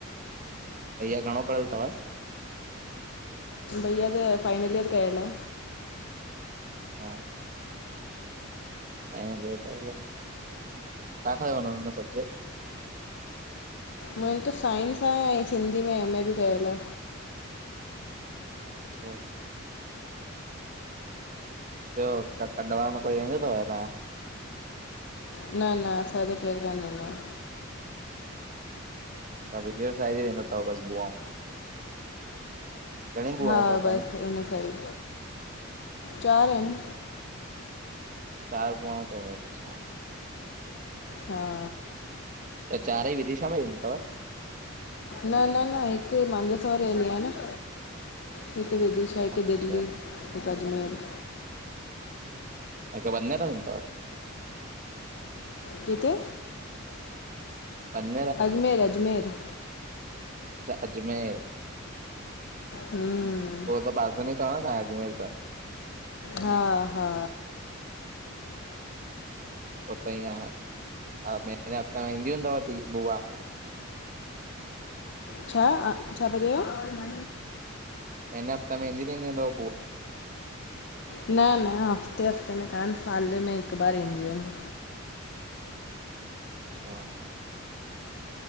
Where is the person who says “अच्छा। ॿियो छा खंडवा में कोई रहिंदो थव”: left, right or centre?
Right